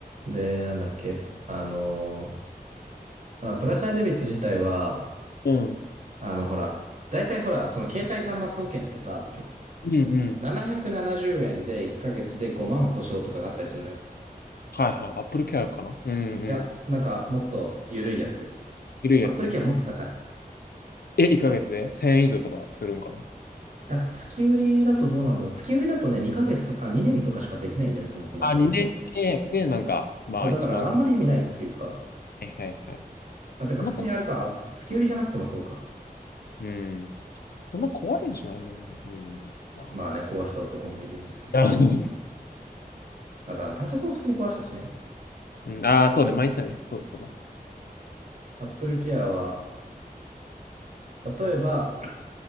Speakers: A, on the right (about 50°); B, on the left (about 75°).
A: で、なんだっけ。あのーまあ、プラチナデビット自体は、
B: うん。
A: あの、ほら、大体ほら、その携帯端末保険ってさ、
B: うんうん。
A: 770円で1ヶ月で5万保証とかがあったりするのよ。
B: はいはい。アップルケアかなうんうん。
A: いや、なんかもっと緩いやつで。
B: 緩いやつで。
A: アップルケアもっと高い。
B: え、1ヶ月で1000円以上とかするんかな
A: なんか月売りだとどうなんだろう。月売りだとね、2ヶ月とか、あ、2年とかしかできないんだよね、そもそもアップルケアって。
B: あ、2年契約で、なんか、まあ1万。
A: そう、だからあんまり意味ないっていうか、
B: はいはいはい。
A: まあ、てか普通にあれか、
B: そんな壊れ、
A: あ月売りじゃなくてもそうか。
B: うん。そんな壊れんしない人間。うん。まあ、
A: まあね、壊した男もいるんですけど、
B: そう。<laughs> あの
A: あとあの、パソコン普通に壊したしね。
B: うん、あー、そうね。毎日だね。そうそうだ。
A: Apple Care は、例えば、